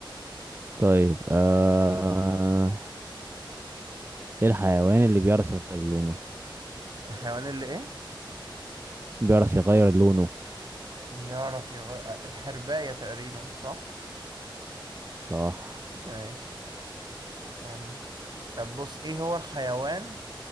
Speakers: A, on the right; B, on the right.
A: طيب آه... ايه الحيوان اللي بيعرف يغير لونه
B: الحيوان اللي إيه
A: بيعرف يغير لونه
B: بيعرف يغير الحرباية تقريبا صح
A: صح
B: ماشي استنى طب بص ايه هو الحيوان